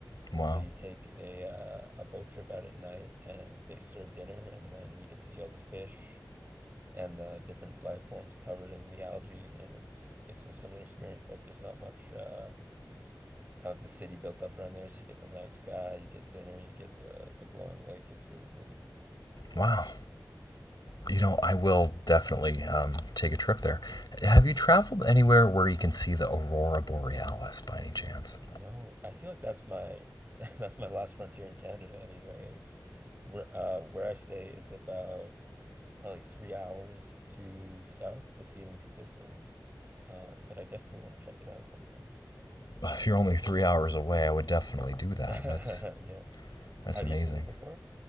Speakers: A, on the left; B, on the right.
A: Wow.
B: So you take a uh, a boat trip out at night, and they serve dinner, and then you get to see all the fish and the different life forms covered in the algae, and it's it's a similar experience. Like there's not much uh, of the city built up around there, so you get the night sky, you get dinner, you get the the glowing lake. It's really pretty.
A: Wow. You know, I will definitely um, take a trip there. Have you traveled anywhere where you can see the aurora borealis by any chance?
B: No, I feel like that's my <laughs> that's my last frontier in Canada anyways. Where uh where I stay is about probably three hours to south to see them consistently. Um, but I definitely want to check it out sometime.
A: If you're only three hours away, I would definitely do that.
B: <laughs>
A: That's
B: Yeah.
A: that's
B: Have
A: amazing.
B: you seen them before?